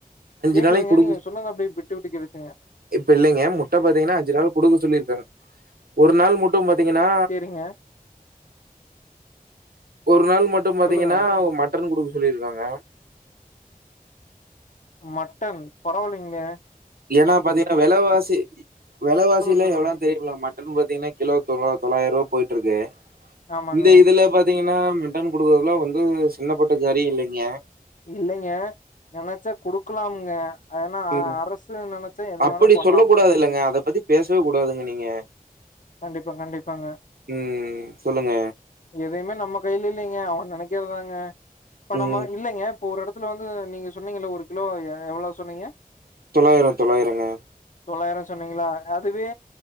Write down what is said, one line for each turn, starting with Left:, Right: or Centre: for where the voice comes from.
Left: கேக்குதுங்க
Right: நாளைக்கு குடுக்க
Left: நீங்க சொன்னது அப்டியே விட்டு விட்டு கேட்டுச்சுங்க.
Right: இப்ப இல்லைங்க முட்ட பாத்தீங்கனா அஞ்சு நாள் குடுக்க சொல்லிருக்காங். ஒரு நாள் முட்டும் பாத்தீங்கனா
Left: சேரிங்க
Right: ஒரு நாள் மட்டும் பாத்தீங்கன்னா
Left: சொல்லுங்க
Right: மட்டன் குடுக்க சொல்லிருக்காங்க.
Left: மட்டன் பரவாலிங்ளே.
Right: ஏனா பாத்தீங்கனா வெலவாசி வெலவாசி
Left: சொல்லுங்க
Right: எல்லா
Left: சொல்லுங்க
Right: எவளா தேடிபுல்லா மட்டன் பாத்தீங்கனா கிலோ தொளா தொளாய்ருவா போயிட்ருக்கு.
Left: ஆமாங்க
Right: இந்த இதுல பாத் தீங்கன்னா மிட்டன் குடுக்கறதுல்லா வந்து சின்ன பட்ட காரியோ இல்லைங்க.
Left: இல்லைங்க நெனச்சா குடுக்கலாம்ங்க. அது ஏனா அ
Right: ம்.
Left: அரசு நெனச்சா எது
Right: அப்படி
Left: வேணா பண்லாமுங்க.
Right: சொல்ல கூடாது இல்லங்க அத பத்திப் பேசவே கூடாதுங்க நீங்க
Left: கண்டிப்பா கண்டிப்பாங்க
Right: ம் ம் சொல்லுங்க.
Left: எதையுமே நம்ம கையில இல்லைங்க அவங்க நெனைக்கிறதாங்க இப்ப
Right: ம்
Left: நம்ம இல்லைங்க இப்ப ஒரு எடத் துல வந்து நீங்க சொன்னீங்கள்ல ஒரு கிலோ எ எவ்ள சொன்னீங்க?
Right: தொளாயிரோ தொளாயிரங்க.
Left: தொளாயிரோ சொன்னீங்களா அதுவே